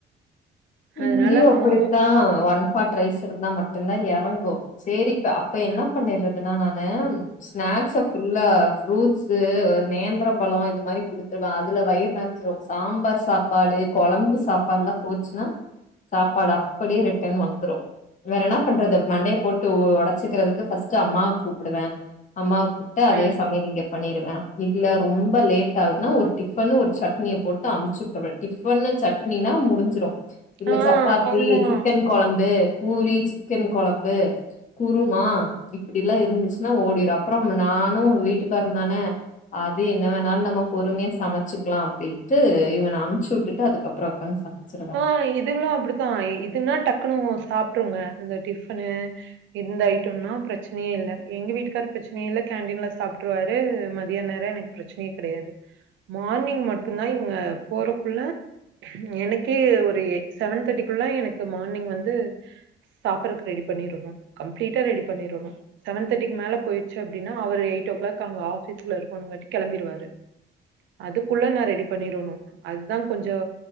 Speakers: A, on the left; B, on the right.
A: இங்கயு
B: அதனால
A: அப்படித்தா
B: மோ
A: ஒன் பாட் ரைஸ் இருந்தா மட்டுந்தா எறங்கு செரிப்ப அப்ப என்ன பண்ணிர்றதுன்னா நானு ஸ்நாக்ஸ ஃபுல்லா ஃப்ரூட்ஸு நேந்திரம் பழோ இது மாரி குடுத் ருவே அதுல வயிறு நெறஞ்சிரு சாம்பார் சாப்பாடு கொழம்பு சாப்பாடுல்லா போச்சுனா சாப்பாடு அப்டியே ரிட்டன் வந்துடு வேற என்னா பண்றது மண்டைய போட்டு ஒடைச்சுக்கிறதுக்கு ஃபஸ்ட்டு அம்மாவ் கூப்டுவே அம்மாவ் ட்டா அதே
B: ம்.
A: சமையல் இங்க பண்ணிருவே இல்ல ரொம்ப லேட் ஆகுதுனா ஒரு டிஃபனு ஒரு சட்னிய போட்டு அமுச்சு வுட்டுறது டிஃபனு சட் ட்னினா முடிஞ்சிரு இல்ல
B: ஆ
A: சப்பாத்தி
B: அதுதான்.
A: சிக்கன் கொழம்பு பூரி சிக்கன் கொழம்பு குருமா இப்படிலா இருந்துச்சுன்னா ஓடிடு அப்புறோ நானு வீட்டுக்காருதான அது என்ன வேணாலு நம்ம பொறுமையா சமைச்சுக்கலா அப்டின்ட்டு இவன அனுப்ச்சிவுட்டுட்டு அதுக்கப் அப்பறோ உட்கார்ந்து சமைச்சிருவ
B: ஆ இதுகளு அப்படித்தா இதுன்னா டக்குனு சாப்பிட்ருங்க அந்த டிஃபனு இந்த ஐட்டம்னா பிரச்சனே இல்ல எங்க வீட்டுக்காரு பிரச்சனையு இல்ல கேண்டடீன்ல சாப்ட்டுருவாரு மதிய நேர எனக் பிரச்சனையே கெடையாது மார்னிங் மட்டும்தா இவுங்க போறக்குள்ள ம் எனக் ஓகே ஒரு செவன் தேர்ட்டிக்குள்ள எனக்கு மார்னிங் வந்து சாப்பற்க் ரெடி பண்ணிருவே கம்ப்ளீட்டா ரெடி பண்ணரனு செவன் தேர்ட்டிக் மேல போய்ச்சி அப்டின்னா அவரு எயிட்ஓ க்ளாக் அங்க ஆபீஸ்ல ருக்கணோங்காட்டிக் கெளம்பிருவாரு அதுக்குள்ள நா ரெடி பண்ணிரணு அதா கொஞ்சோ